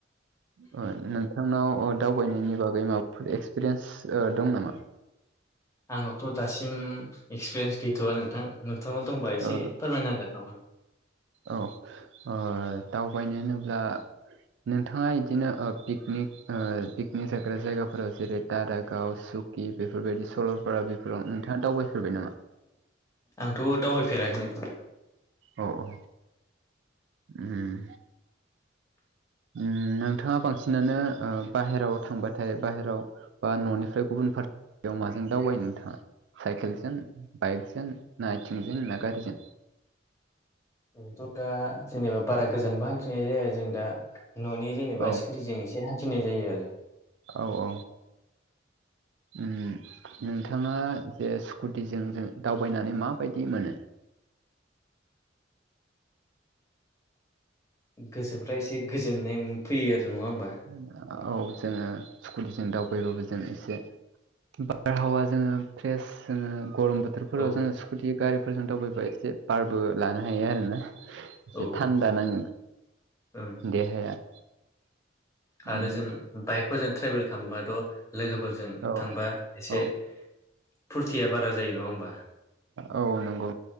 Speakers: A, on the right; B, on the left.
A: ओ नोंथांनाव दावबायनायनि बागै माबाफोर एक्सपिरियेन्स ओ दं नामा?
B: आंनावथ' दासिम एक्सपिरियेन्स गैथ'वा नोंथां नोंथांव दंबा एसे
A: ओ
B: फोरमायना होजागोन नामा।
A: औ ओ दावबायनो होनोब्ला नोंथाङा इदिनो पिकनिक ओ पिकनिक जाग्रा जायगाफोराव जेरै दारागाव सुक कि बेफोरबायदि सल'पारा बेफोराव नोंथाङा दावबायफेरबाय नामा?
B: आंथ' दावबायफेराखै नोंथां।
A: औ औ उम।
B: <inaudible>
A: उम नोंथाङा बांसिनानो आ बाहेराव थांबाथाय बाहेराव बा न'निफ्राय गुबुन फारसेयाव माजों दावबायो नोंथाङा? साइकेलजों बाइकजों ना आइथिंजों ना गारिजों?
B: आंथ' दा जेनेबा बारा गोजानबो हान्थिनाय जाया जों दा न'नि जेनेबा
A: औ
B: स्कुटिजों एसे से हान्थिनाय जायो आरो।
A: औ औ उम। नोंथाङा जे स्कुटिजों जों दावबायनानै माबायदि मोनो?
B: गोसोफ्रा एसे गोजोननाय फैयो आरो नङा होमबा?
A: नोंथां औ जोङो स्कुतिजों दावबायबाबो जों एसे बारहावा जोङो फ्रेस जोङो गरम बोथ बोथोरफोराव
B: औ
A: जोङो स्कुटि गारिफोरजों दावबायबा एसे बारबो लानो हायो आरोना। एसे
B: औ
A: थान्दा नाङो
B: ओं
A: देहाया।
B: आरो
A: उम
B: जों बाइकफोरजों ट्रेभेल खालामबाथ' लोगोफोरजों
A: औ
B: थांबा एसे
A: औ
B: फुरथिया बारा जायो नङा होमबा?
A: औ नंगौ